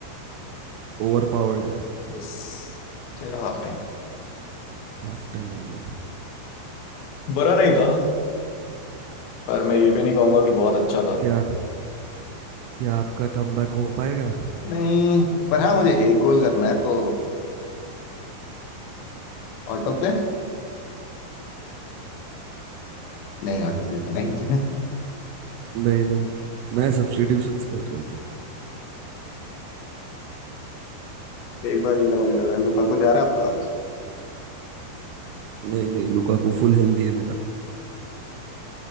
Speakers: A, on the right (about 80°); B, on the left (about 80°).
A: ओवर पावर्ड है
B: इस चलो हाफ टाइम
A: हाफ टाइम हो गया
B: बुरा नहीं था पर मैं ये भी नहीं कहूंगा कि बहुत अच्छा था
A: क्या क्या आपका कमबैक हो पाएगा
B: नहीं पर हाँ मुझे एक गोल करना है तो Auto play नहीं ऑटो प्ले तो नहीं <laughs>
A: नहीं नहीं मैं सब्स्टिट्यूशंस कर रहा था
B: एक बार के लिए मुझे लग रहा है लुकाकू जा रहा है आपका
A: नहीं नहीं लुकाकू फुल हेल्दी है मेरा